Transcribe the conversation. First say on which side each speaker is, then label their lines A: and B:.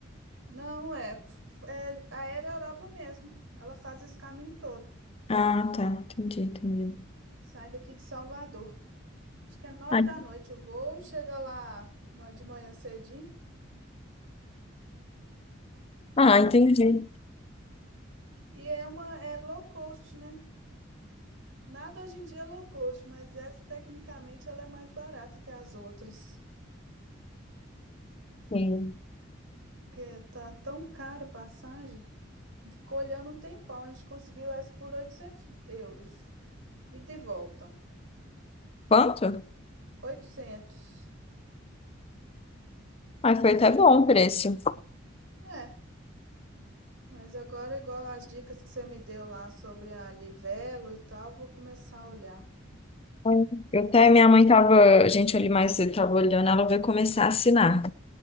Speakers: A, on the right; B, on the left.
A: Não, é, f- é a Aero Europa mesmo. Ela faz esse caminho todo.
B: Ah, tá. Entendi, entendi.
A: Sai daqui de Salvador. Acho que é nove
B: Ai,
A: da noite o voo. Chega lá ma- de manhã cedinho.
B: Ah, entendi.
A: E é uma é low cost, né? Nada hoje em dia é low cost, mas essa tecnicamente ela é mais barata que as outras.
B: Sim.
A: Porque tá tão cara a passagem. A gente ficou olhando um tempão. A gente conseguiu essa por 800 euros. E de volta.
B: Quanto?
A: oitocentos
B: Ai, foi até bom o preço.
A: É, mas agora, igual as dicas que você me deu lá sobre a Livelo e tal, vou começar a olhar.
B: Foi. Eu até, minha mãe tava, a gente, ali mais cedo tava olhando, ela vai começar a assinar.